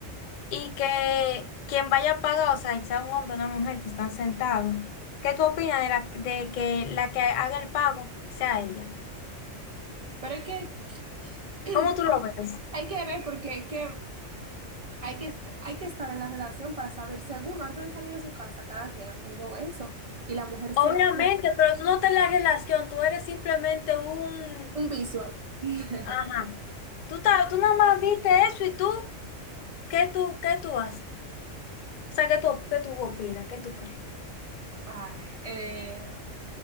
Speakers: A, on the left (about 70°); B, on the right (about 55°).
A: y que quien vaya a pagar, o sea, sea un hombre o una mujer que están sentados, ¿qué tú opinas de, la, de que la que haga el pago sea ella?
B: Pero hay que, <clears throat>
A: ¿Cómo
B: hay,
A: tú lo ves?
B: hay que ver porque es que hay que, hay que estar en la relación para saber seguro antes de salir de su casa, cada quien acordó eso. Y la mujer
A: Obviamente,
B: se <laughs> ofrece
A: pero tú no te la relación, tú eres simplemente un,
B: un visual. <laughs>
A: Ajá. Tú, ta- tú nada más viste eso y tú, ¿qué tú, qué tú haces? O sea, ¿qué tú, qué tú opinas? ¿Qué tú crees?
B: Ay, eh,